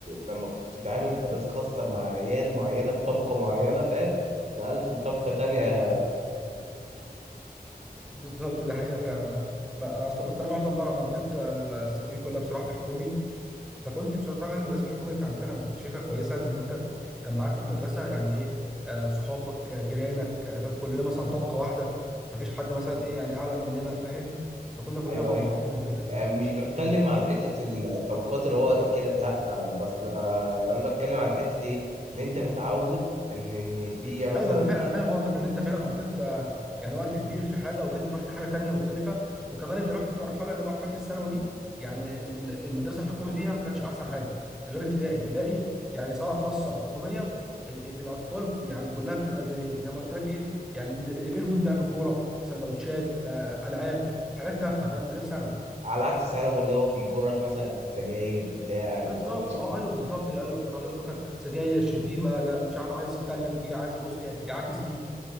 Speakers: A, on the right (about 45°); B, in the centre.
A: لما كنت بتتعامل في مدرسه خاصه مع عيال معينه بطبقه معينه فاهم نقلت لطبقه تانية
B: ايوه بالظبط ده حقيقه فعلا انا ما انا اصلا بس انا معظم بقى انا قضيت السنين كلها بصراحه في حكومي فكنت بصراحه المدرسه الحكوميه اللي كانت عندنا انا كنت شايفها كويسه لان انت كان معاك في المدرسه يعني ايه آه، صحابك آه، جيرانك آه، فاهم كلنا مثلا طبقه واحده ما فيش حد مثلا ايه يعني اعلى مننا فاهم فكنا كلنا
A: ايوه
B: مع
A: ايوه
B: بعضينا وكده
A: آه، مش بتكلم
B: فكنت
A: على حته ال- الطبقات اللي هو كده لا آه، بس لا، آه، يعني انا بتكلم على حته ايه اللي انت متعود اللي ان في مثلا
B: ايوه انا فاهم
A: ايه
B: انا فاهم قصدك ان انت فعلا قضيت آه، يعني وقت كبير في حاجه وجيت رحت حاجه تانية مختلفه وكمان انت رحت في مرحله اللي هي مرحله الثانوي دي يعني ال- ال- المدرسه الحكومي فيها ما كانتش احسن حاجه غير ابتدائي ابتدائي يعني سواء خاصه او حكوميه ال- الاطفال يعني كلها بتبقى زي زي ما قلت لك ايه يعني اللي اللي بينهم لعب كوره سندوتشات آه، آه، العاب حاجات تافهه فاهم غير ثانوي
A: على عكس ثانوي اللي هو بيجرك مثلا سجاير بتاع اللي
B: بالظبط
A: هو الشغل
B: اه ايوه بالظبط ايوه خلاص بقى كان سجاير شتيمه لا مش عارف عايز يتكلم دي عايز يبص ايه يعاكس دي